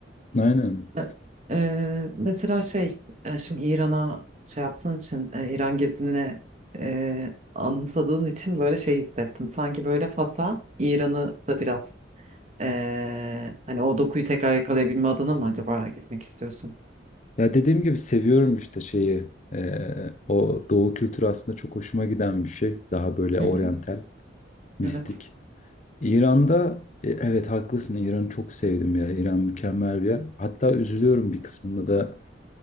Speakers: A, on the left; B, on the right.
A: Aynen.
B: E, e, mesela şey e, şimdi İran'a şey yaptığın için e, İran gezine e, anımsadığın için böyle şey hissettim. Sanki böyle Fas'a İran'ı da biraz Ee, hani o dokuyu tekrar yakalayabilme adına mı acaba gitmek istiyorsun?
A: Ya dediğim gibi seviyorum işte şeyi. Eee, o doğu kültürü aslında çok hoşuma giden bir şey. Daha böyle
B: Hı
A: oryantal,
B: hı.
A: mistik.
B: Evet.
A: İran'da e, evet haklısın. İran'ı çok sevdim ya. İran mükemmel bir yer. Hatta üzülüyorum bir kısmında da